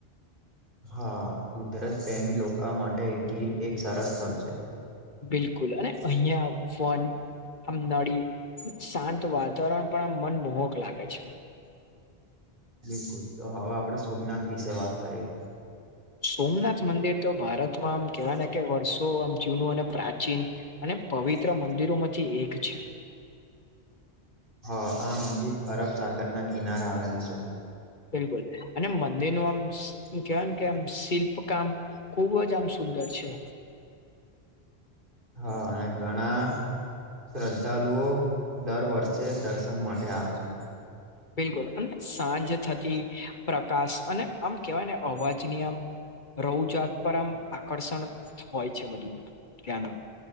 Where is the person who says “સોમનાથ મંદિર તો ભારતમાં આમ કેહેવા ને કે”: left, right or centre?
Left